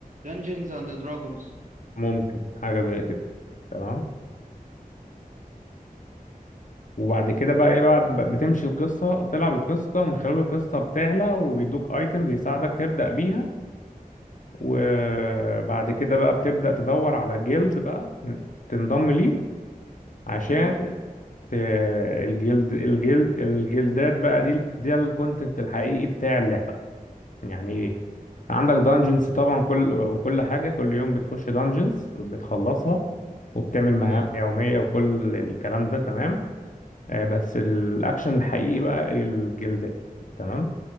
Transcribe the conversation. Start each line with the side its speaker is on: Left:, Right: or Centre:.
Right: Dungeons and Dragons
Left: ممكن حاجة زي كده تمام وبعد كده بقى ايه بعد ب- بتمشي القصة وبتلعب القصة ومن خلال القصة بتعلى وبيدوك ايتمز يساعدك تبدأ بيها وبعد كده بقى بتبدأ تدور على جلد بقى تنضم ليه عشان
Right: امم
Left: ت... الجلد الجلد الجلدات بقى دي ده الكونتنت الحقيقي بتاع اللعبة يعني ايه عندك دانجنز طبعا كل وكل حاجة كل يوم بتخش دانجنز وبتخلصها وبتعمل مهام
Right: امم
Left: يومية وكل الكلام ده تمام آه، بس الأكشن الحقيقي بقى الجلدات تمام